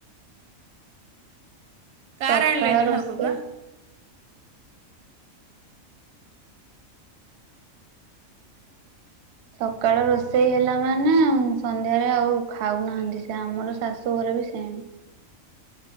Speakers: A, on the right; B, on the right.
A: କାର୍
B: ସକାଳ
A: ଆଣଲେନି
B: ରୋଷେଇ
A: ହବବା।
B: ସକାଳ ରୋଷେଇ ହେଲା ମାନେ, ସନ୍ଧ୍ୟାରେ ଆଉ ଖାଉନାହାନ୍ତି, ସେ ଆମର ଶାଶୁ ଘରେ ବି ସେମ।